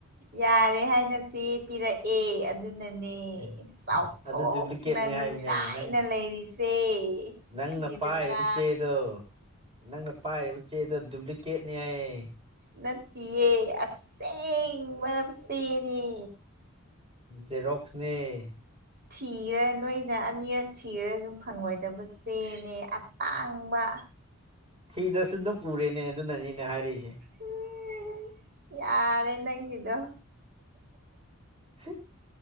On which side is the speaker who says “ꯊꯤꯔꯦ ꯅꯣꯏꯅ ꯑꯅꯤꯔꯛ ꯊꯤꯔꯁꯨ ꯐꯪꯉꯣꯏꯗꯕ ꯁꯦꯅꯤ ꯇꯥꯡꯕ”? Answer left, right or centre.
Right